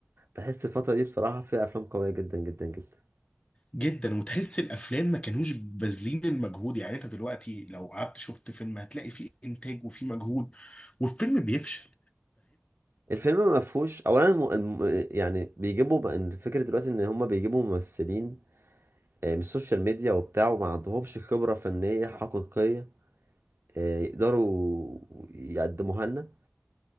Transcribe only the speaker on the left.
جدا وتحس الأفلام ما كانوش باذلين المجهود يعني أنت دلوقتي لو قعدت شفت فيلم هتلاقي فيه إنتاج وفيه مجهود والفيلم بيفشل